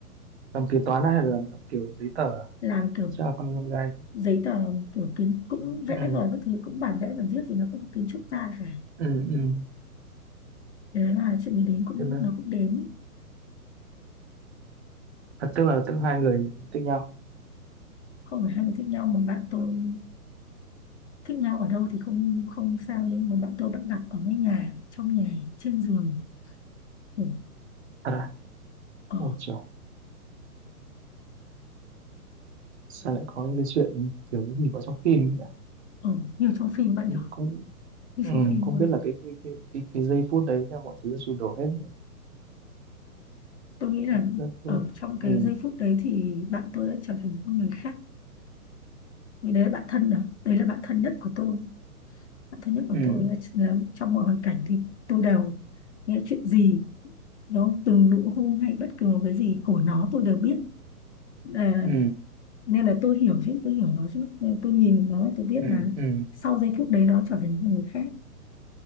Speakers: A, on the right; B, on the left.
A: làm kế toán hay là làm, làm kiểu giấy tờ à?
B: làm kiểu
A: sao là con con gái
B: giấy tờ kiểu kiến cũng vẽ
A: ừ
B: rồi các thứ cũng bản vẽ bản viết thì nó cũng học kiến trúc ra phải
A: ừ ừ
B: thế là chuyện gì đến cũng
A: tức là
B: nó cũng đến
A: à, tức là tức hai người thích nhau
B: không phải hai người thích nhau mà bạn tôi thích nhau ở đâu thì không không sao nhưng mà bạn tôi bạn gặp ở cái nhà trong nhà trên giường ngủ
A: thật à
B: ở
A: ôi trời sao lại có những cái chuyện kiểu gì có trong phim nhỉ
B: ở như trong phim bạn nhỏ
A: cũng
B: như
A: ừ,
B: trong phim
A: không
B: luôn
A: biết là cái cái cái cái, cái giây phút đấy là mọi thứ sụp đổ hết rồi.
B: tôi nghĩ là
A: Cảm giác rất
B: ở
A: rất là
B: trong cái
A: ừ,
B: giây phút đấy thì bạn tôi đã trở thành một con người khác vì đấy là bạn thân đó đấy là bạn thân nhất của tôi bạn thân nhất của
A: ừ
B: tôi là, là trong mọi hoàn cảnh thì tôi đều nghe chuyện gì nó từng nụ hôn hay bất cứ một cái gì của nó tôi đều biết À,
A: ừ
B: nên là tôi hiểu chứ tôi hiểu nó chứ nên tôi nhìn nó tôi biết
A: ừ
B: là
A: ừ
B: sau giây phút đấy nó trở thành một người khác